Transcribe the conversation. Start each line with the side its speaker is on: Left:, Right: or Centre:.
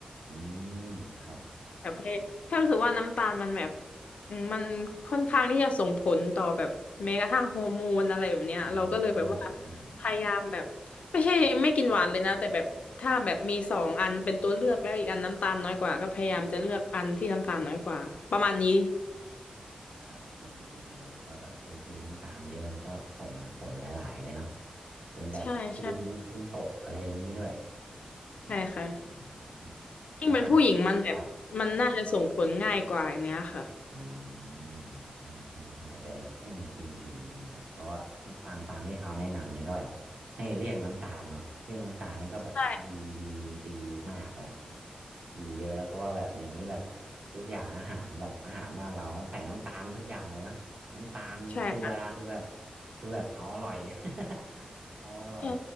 Right: อืมครับ
Left: แบบให้แค่รู้สึกว่าน้ำตาลมันแบบอืมมันค่อนข้างที่จะส่งผลต่อแบบแม้กระทั่งฮอร์โมนอะไรแบบเนี้ยเราก็เลยแบบว่า
Right: อืมอืมอืม
Left: พยายามแบบไม่ใช่ไม่กินหวานเลยนะแต่แบบถ้าแบบมีสองอันเป็นตัวเลือกแล้วอีกอันน้ำตาลน้อยกว่าก็พยายามจะเลือกอันที่น้ำตาลน้อยกว่าประมาณนี้
Right: ครับดีดีเลยว่าแบบเออกินน้ำตาลเยอะมันก็ส่งผลหลายๆเลยเนาะเป็นแบบภูมิภูมิตกอะไรอย่างนี้ด้วย
Left: <laughs> ใช่ใช่
Right: อืมอืม
Left: ใช่ค่ะ
Right: แล้วถ้าแบบครับ
Left: ยิ่งเป็นผู้หญิงมันแบบมันน่าจะส่งผลง่ายกว่าอย่างเนี้ยค่ะ
Right: อืมใช่ใช่ใช่แต่เออดีดีดีครับเพราะว่าฟังฟังที่เขาแนะนำนี่ก็แบบให้เลี่ยงน้ำตาลเนาะเลี่ยงน้ำตาลนี่ก็แบบดีดีดีมากแล้ว
Left: ใช่
Right: ดีเยอะแล้วเพราะว่าแบบเดี๋ยวนี้แบบทุกอย่างอาหารแบบอาหารบ้านเราก็ใส่น้ำตาลทุกอย่างเลยเนาะน้ำตาลเกลือคือแบบ
Left: ใช่
Right: คือแบบเอาอร่อย <laughs> เอาอร่อย
Left: ใช่